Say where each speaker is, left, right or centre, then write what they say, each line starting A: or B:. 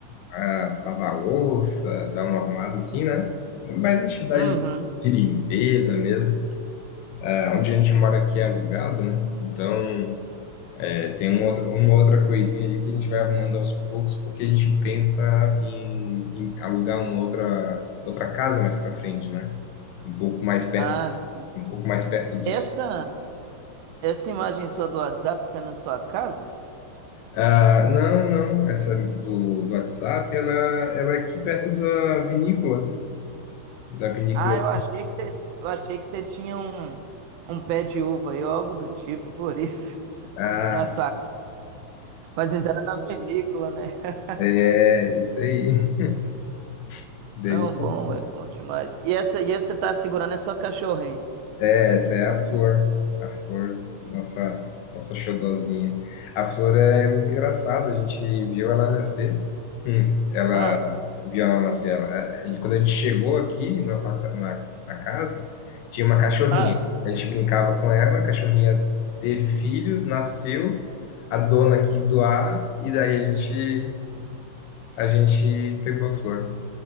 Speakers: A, on the left (about 85°); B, on the right (about 80°).
A: ah, lavar a louça, dar uma arrumada assim, né? Mais atividade
B: Uhum.
A: de limpeza mesmo. Ah, onde a gente mora aqui é alugado, né? Então, é, tem uma outra, uma outra coisinha ali que a gente vai arrumando aos poucos, porque a gente pensa em, em alugar uma outra, outra casa mais para frente, né? Um pouco mais perto,
B: Ah, sim.
A: um pouco mais perto do
B: essa essa imagem sua do WhatsApp é na sua casa?
A: Ah, não, não, essa do, do WhatsApp, ela, ela é aqui perto da vinícola, da vinícola.
B: Ah, eu achei que você eu achei que você tinha um um pé de uva aí ou algo do tipo, por isso
A: Ah,
B: <laughs> na sua. Mas então era na vinícola, né? <laughs>
A: é, isso aí. <laughs> Daí
B: Não,
A: a
B: bom,
A: gente-
B: é bom demais. E essa e essa você tá segurando é sua cachorrinha?
A: É, essa é a flor, a flor, nossa, nossa xodozinha. A flor é muito engraçada, a gente viu ela nascer. Hum,
B: Ah,
A: Via lá na cela. A- a- E quando a gente chegou aqui no aparta- na, na casa, tinha uma cachorrinha.
B: ah,
A: A gente brincava com ela, a cachorrinha teve filho, nasceu, a dona quis doar, e daí a gente, a gente pegou a flor.